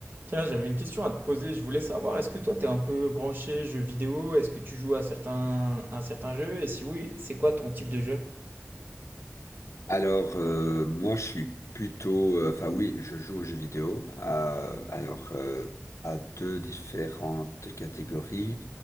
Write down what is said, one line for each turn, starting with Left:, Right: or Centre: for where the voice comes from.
Right: Tiens, j'avais une question à te poser. Je voulais savoir, est-ce que toi, t'es un peu branché jeux vidéo? Est-ce que tu joues à certains, à certains jeux? Et si oui, c'est quoi ton type de jeu?
Left: Alors, euh, moi, je suis plutôt... euh, Enfin, oui, je joue aux jeux vidéo. à- alors, euh, à deux différentes catégories.